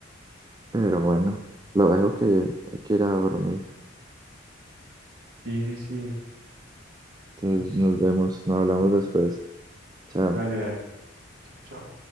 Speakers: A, on the right (about 20°); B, on the right (about 55°).
A: pero bueno, lo dejo que hay que ir a dormir.
B: Sí, sí, sí,
A: Entonces
B: listo.
A: nos vemos, nos hablamos después. Chao.
B: Dale, dale. Chao, chao.